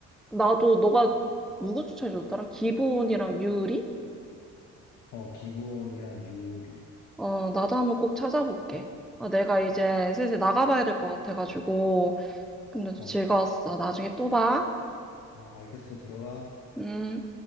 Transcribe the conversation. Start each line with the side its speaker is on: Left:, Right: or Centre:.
Centre: 나도 너가 누구 추천해줬더라? 기본이랑 유리?
Left: 어, 기부원이랑 유리.
Centre: 어, 나도 한번 꼭 찾아볼게. 아, 내가 이제 슬슬 나가봐야 될 것 같아가지고. 근데
Left: 어,
Centre: 즐거웠어. 나중에 또 봐.
Left: 어, 알겠어. 들어가.
Centre: 음.